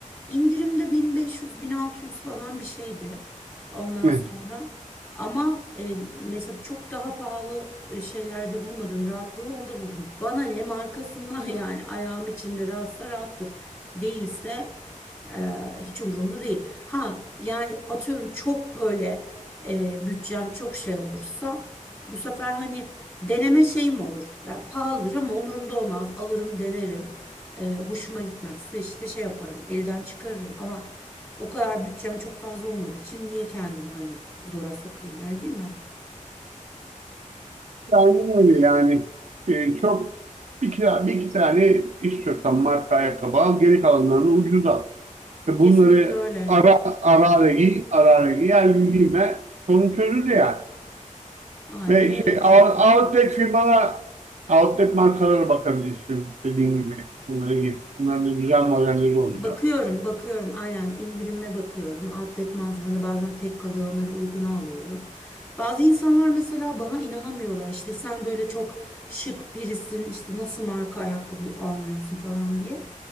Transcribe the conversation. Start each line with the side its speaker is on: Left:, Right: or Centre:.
Left: İndirimde bin bin beş yüz bin altı yüz falan bir şeydi. Ondan
Right: Evet.
Left: sonra ama e, mesela çok daha pahalı e, şeylerde bulmadığım rahatlığı onda buldum. Bana ne markasından <laughs> yani ayağım içinde rahatsa rahattır. Değilse e, hiç umurumda değil. Ha yani atıyorum çok böyle e, bütçem çok şey olursa bu sefer hani Deneme şeyim olur. Yani pahalıdır ama umurumda olmaz. Alırım, denerim. Ee, hoşuma gitmezse işte şey yaparım. Elden çıkarırım ama o kadar bütçem çok fazla olmadığı için niye kendimi hani zora sokayım öyle değil mi?
Right: Aynen öyle yani. Ee, çok bir, kira, bir iki tane istiyorsan marka ayakkabı al, geri kalanlarını ucuz al. Ve
Left: Kesinlikle
Right: bunları
Left: öyle.
Right: ara ara ara giy, ara ara giy, her gün giyme. Sorun çözülür yani.
Left: Aynen
Right: Ve şey
Left: öyle çok.
Right: out- outlet firmalar, outlet markalara bakabilirsin dediğim gibi. Onlara git. Bunların da güzel modelleri oluyor.
Left: Bakıyorum, bakıyorum. Aynen indirime bakıyorum. Outlet mağazalarında bazen tek kalıyor, onları uyguna alıyorum. Bazı insanlar mesela bana inanamıyorlar. İşte sen böyle çok şık birisin, işte nasıl marka ayakkabı almıyorsun falan diye.